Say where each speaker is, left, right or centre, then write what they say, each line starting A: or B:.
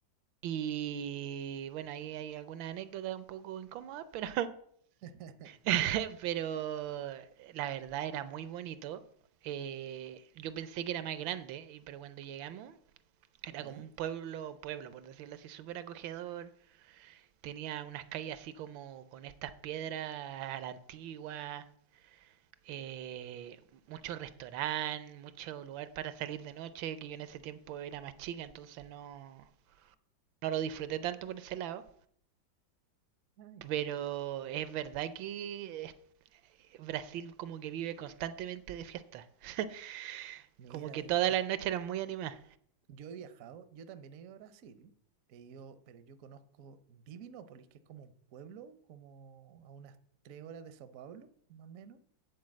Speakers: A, on the right (about 80°); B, on the right (about 60°).
A: Y bueno, ahí hay alguna anécdota un poco incómoda, pero.
B: <laughs>
A: <laughs> pero la verdad era muy bonito. Eh, yo pensé que era más grande, pero cuando llegamos era
B: ¿Ya?
A: como un pueblo, pueblo, por decirlo así, súper acogedor. Tenía unas calles así como con estas piedras a la antigua, eh, mucho restaurante, mucho lugar para salir de noche, que yo en ese tiempo era más chica, entonces no, no lo disfruté tanto por ese lado.
B: Ah, ya.
A: Pero es verdad que Brasil como que vive constantemente de fiesta. <laughs>
B: Mira,
A: como que
B: bueno,
A: todas
B: bueno,
A: las noches eran muy animadas.
B: yo he viajado, yo también he ido a Brasil, he ido, pero yo conozco Divinópolis, que es como un pueblo, como a unas tres horas de Sao Paulo, más o menos,